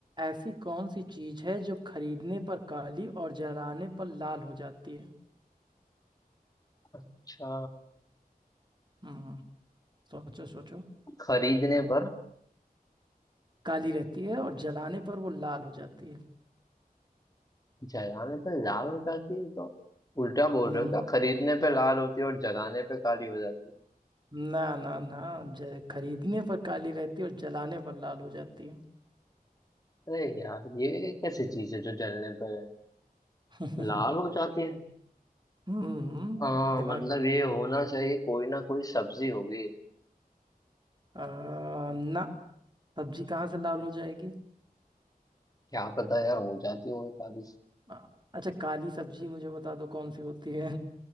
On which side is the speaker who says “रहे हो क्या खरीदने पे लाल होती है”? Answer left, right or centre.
Left